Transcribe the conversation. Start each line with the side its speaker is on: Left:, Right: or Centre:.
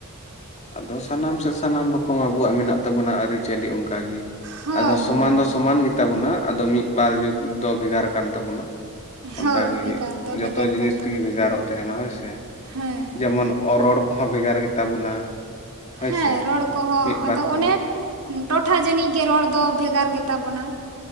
Left: ᱟᱫᱚ ᱥᱟᱱᱟᱢ ᱥᱮ ᱥᱟᱱᱟᱢ ᱨᱚᱠᱚᱢ ᱟᱵᱚᱣᱟᱜ ᱢᱮᱱᱟᱜ ᱛᱟᱵᱚᱱᱟ ᱟᱹᱨᱤᱪᱟᱹᱞᱤ ᱚᱝᱠᱟ ᱚᱱᱠᱟ ᱜᱤ
Right: ᱦᱳᱭ
Left: ᱟᱫᱚ ᱥᱚᱢᱟᱱ
Right: ᱦᱳᱭ
Left: ᱫᱚ
Right: ᱦᱳᱭ
Left: ᱥᱚᱢᱟᱱ ᱜᱮᱛᱟᱵᱚᱱᱟ ᱟᱫᱚ ᱢᱤᱫᱵᱟᱨ ᱡᱩᱜᱽ ᱫᱚ ᱵᱷᱮᱜᱟᱨ ᱠᱟᱱ ᱛᱟᱵᱚᱱᱟ
Right: ᱦᱳᱭ
Left: ᱚᱝᱠᱟ ᱜᱮ
Right: ᱵᱷᱮᱜᱟᱨ ᱫᱚ ᱵᱷᱮᱜᱟᱨ
Left: ᱡᱚᱛᱚ ᱡᱤᱱᱤᱥ
Right: ᱟᱠᱟᱱ ᱛᱟᱵᱚᱱᱟ
Left: ᱛᱮᱜᱮ ᱵᱷᱮᱜᱟᱨᱚᱜ ᱛᱮᱦᱮᱱᱟ ᱦᱳᱭ ᱥᱮ
Right: ᱦᱮᱸ ᱦᱮᱸ
Left: ᱡᱮᱢᱚᱱ ᱚ ᱨᱚᱲ ᱠᱚᱦᱚᱸ ᱵᱷᱮᱜᱟᱨ ᱜᱮᱛᱟ ᱵᱚᱱᱟ ᱦᱳᱭ
Right: ᱦᱮᱸ,
Left: ᱥᱮ
Right: ᱨᱚᱲ ᱠᱚᱦᱚᱸ
Left: ᱢᱤᱫ ᱵᱟᱨ
Right: ᱟᱫᱚ
Left: ᱠᱚ
Right: ᱚᱱᱮᱠ, ᱴᱚᱴᱷᱟ ᱡᱟᱹᱱᱤᱡ ᱜᱮ ᱨᱚᱲ ᱫᱚ ᱵᱷᱮᱜᱟᱨ ᱜᱮᱛᱟ ᱵᱚᱱᱟ